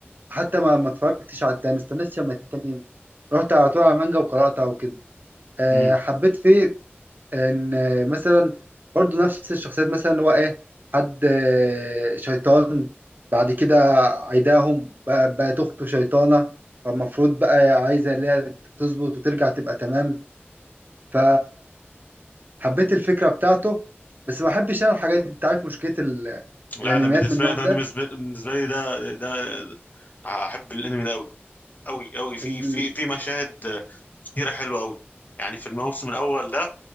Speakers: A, on the right (about 45°); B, on the left (about 40°).
A: حتى ما ما اتفرجتش على التاني مستنيش لما التاني ينزل. رحت على طول على المانجا وقراتها وكده آه،
B: امم
A: حبيت فيه ان آه، مثلا برضو نفس الشخصيات مثلا اللي هو ايه حد آه، شيطان بعد كده عيداهم بقى- بقت اخته شيطانة فالمفروض بقى عايزة اللي هي تظبط وترجع تبقى تمام ف حبيت الفكرة بتاعته بس ما بحبش انا الحاجات دي انت عارف مشكلة ال...
B: لا
A: الانميات
B: انا بالنسبه
A: من النوع
B: لي انا
A: ده
B: أنا بالنسبه بالنسبة لي ده ده احب الانمي ده قوي قوي قوي في
A: ال...
B: في في مشاهد كتيره حلوه قوي يعني في الموسم الاول ده